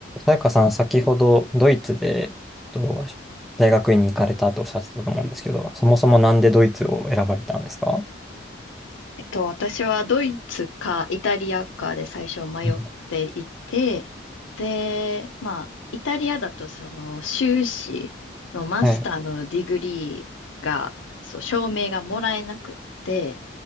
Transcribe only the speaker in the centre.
さやかさん、先ほどドイツで、えっと、大学院に行かれたっておっしゃってたと思うんですけど、そもそもなんでドイツを選ばれたんですか
うん
はい。